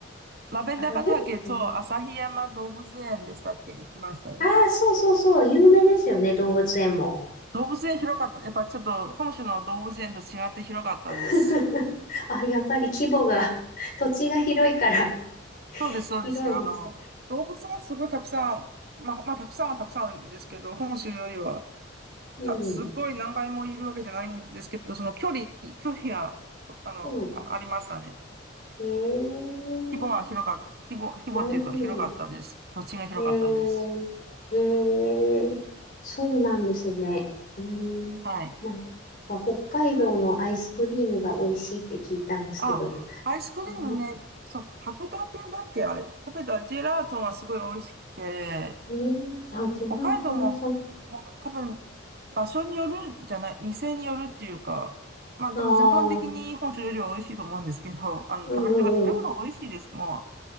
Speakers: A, on the right; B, on the left.
A: ラベンダー畑と旭山動物園でしたっけ行きましたよ。
B: アラベットああー、そうそうそう、有名ですよね、動物園も。
A: 動物園広かった。やっぱちょっと本州の動物園と違って広かったです。
B: <laughs> あ、やっぱり規模が、<laughs> 土地が広いから、<laughs>
A: そうです、そうです。
B: 広いです。
A: あの、動物がすごいたくさん、まあ、まあ、たくさんはたくさんですけど、本州よりは、
B: うん、
A: た、すごい何倍もいるわけじゃないんですけど、その距離、距離が、あの、
B: うん。
A: あ、ありましたね。
B: ええ
A: 規模が広かった、規模、規模というか広かったです。
B: なるほど。
A: 土地が広かったです。
B: えー、へえそうなんですね。うーん、
A: はい。
B: なんか北海道のアイスクリームが美味しいって聞いたんですけど。
A: あ、アイスクリームね、
B: 頼まし
A: そう、函館だっけ、あれ、食べたジェラートがすごい美味しくて、
B: えー、じゃあ、ジェラート屋さん。
A: 北海道も、ほか多分、場所によるんじゃない、店によるっていうか、まあでも全般的に本州よりは美味しいと思うんですけど、
B: ああ、
A: あの、
B: うんうんうん。
A: 食べ、てか食べ物が美味しいです。も